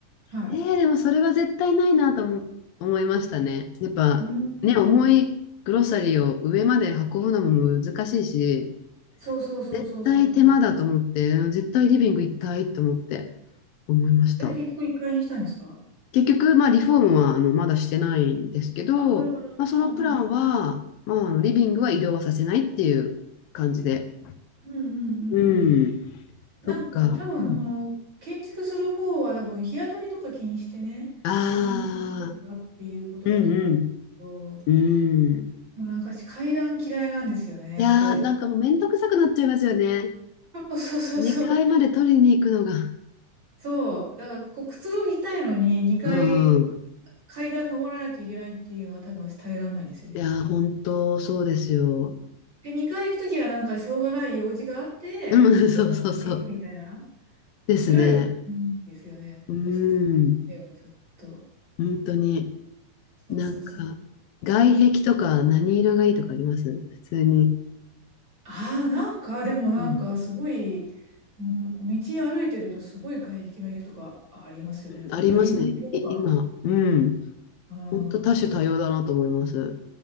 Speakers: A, on the right; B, on the left.
A: はい。
B: えー、でもそれは絶対ないなと思、思いましたね。やっぱね、
A: うん。
B: 重いグロサリーを上まで運ぶのも難しいし、
A: そうそうそうそうそうそう。
B: 絶対手間だと思って、絶対リビング1回と思って思いました。
A: え、で、結局一階にしたんですか
B: 結局、まあリフォームはあのまだしてないんですけど、
A: あ、これから。うん
B: まあ、そのプランは、まあ、あのリビングは移動はさせないっていう感じで。
A: うんうんうんうんうん。
B: うん、
A: なんか多分、
B: そっか。うん。
A: その、建築する方は多分、日当たりとか気にしてね、
B: ああ、
A: 二階かっていうことだと思うんですけど、
B: うん
A: で
B: うん、うん。
A: もなんか私階段嫌いなんですよね。
B: いやー、
A: で、
B: なんかもうめんどくさくなっちゃいますよね。
A: そうそうそうそう。
B: 2階まで取りに行くのが、
A: そう。だから、こう、くつろぎたいのに、2階、
B: うん。
A: 階段登らないといけないっていうのは多分私耐えられないんですよね、
B: いやー、
A: きっと。
B: 本当そうですよ。
A: で、2回行くときはなんかしょうがない用事があって、
B: うん、
A: しょうがなくて行くみたいな
B: <laughs> そうそうそう。ですね。
A: ぐらいがいいんですよね。
B: うん、
A: 私としてはちょっと。
B: 本当に。
A: そうそうそう。
B: なんか、外壁とか何色がいいとかあります普通に。
A: ああ、なんか、でもなんかすごい、
B: うん、
A: ん道歩いてるとすごい外壁の家とかありますよね。なんかオレンジ色とか。
B: ありますね。い、今。うん。
A: あ
B: 本当多種多様だなと思います。
A: あ、